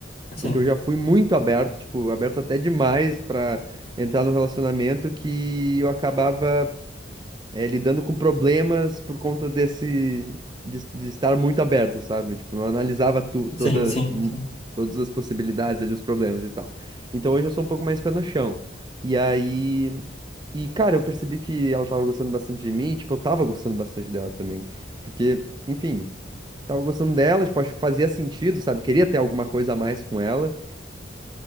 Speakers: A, on the left; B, on the right.
A: Sim,
B: Porque eu já fui muito aberto, tipo, aberto até demais pra entrar no relacionamento que eu acabava eh, lidando com problemas por conta desse de, de estar muito aberto, sabe? Tipo, não analisava tu, toda,
A: sim, sim,
B: hum,
A: sim.
B: todas as possibilidades ali, os problemas e tal. Então hoje eu sou um pouco mais pé no chão. E aí. E, cara, eu percebi que ela tava gostando bastante de mim, e, tipo, eu tava gostando bastante dela também. Porque, enfim, tava gostando dela, tipo, acho que fazia sentido, sabe? Queria ter alguma coisa a mais com ela.